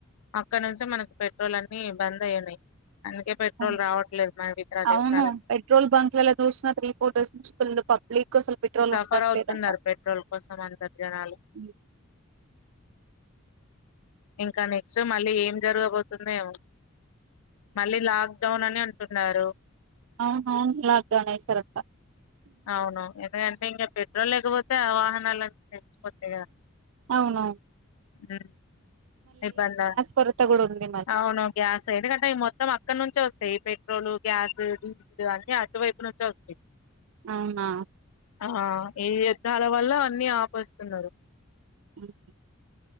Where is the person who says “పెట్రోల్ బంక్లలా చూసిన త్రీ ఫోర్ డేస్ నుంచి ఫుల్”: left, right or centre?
Right